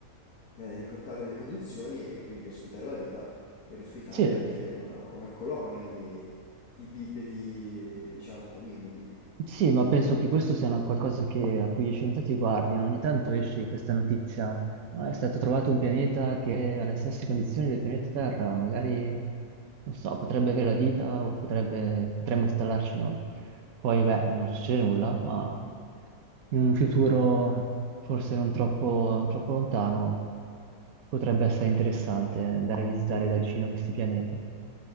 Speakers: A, on the left; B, on the right.
A: eh, ricordare le condizioni e quindi ospitare la vita ed ospitare
B: Sì.
A: anche una, una colonia di, di bipedi, diciamo, ominidi.
B: Sì, ma penso che questo sia una qualcosa che- a cui gli scienziati guardino. Ogni tanto esce questa notizia. "Ah, è stato trovato un pianeta che ha le stesse condizioni del pianeta Terra, magari, non so, potrebbe avere la vita o potrebbe, potremmo installarci noi. Poi, beh, non succede nulla, ma in un futuro forse non troppo, non troppo lontano potrebbe essere interessante andare a visitare da vicino questi pianeti.